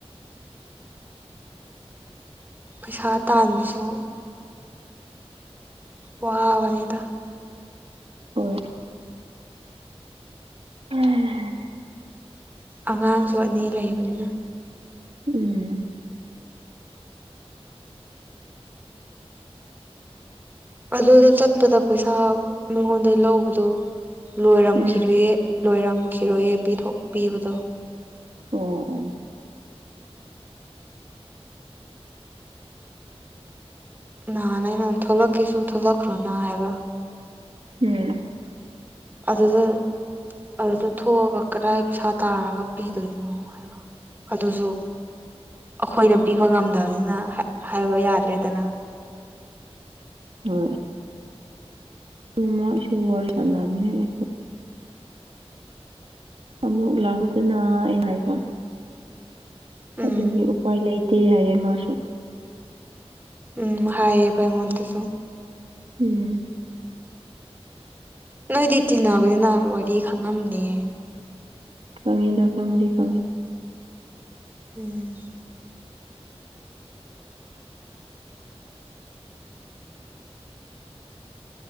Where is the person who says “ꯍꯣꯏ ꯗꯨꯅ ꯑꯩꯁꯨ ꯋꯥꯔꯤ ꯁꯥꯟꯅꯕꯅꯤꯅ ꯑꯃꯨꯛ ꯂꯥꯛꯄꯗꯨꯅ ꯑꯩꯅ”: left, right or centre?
Right